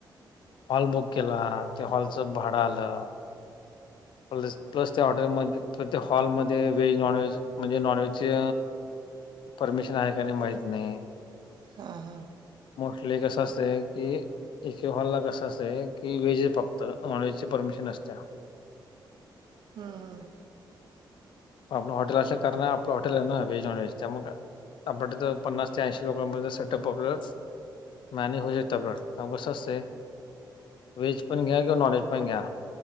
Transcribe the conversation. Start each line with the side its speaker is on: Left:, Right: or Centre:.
Left: हॉल बुक केला, त्या हॉलचं भाडं आलं. प्लस प्लस त्या हॉटेलमध्ये, तर त्या हॉलमध्ये व्हेज नॉन व्हेज म्हणजे नॉन व्हेजचे परमिशन आहे का नाही माहित नाही?
Right: हां हां
Left: मोस्टली कसं असतंय की एक एक हॉल ला कस असतंय, की व्हेज आहे फक्त नॉन व्हेजची परमिशन नसते.
Right: हम्म्
Left: आपलं हॉटेल असंय कारण, आपलं हॉटेल आहे ना व्हेज नॉनव्हेज त्यामुळं का आपणलं तर पन्नास ते ऐंशी लोकांपर्यंत सेटअप आपलं <unintelligible> त्यामुळं कसं असतंय व्हेज पण घ्या किंवा नॉनव्हेज पण घ्या,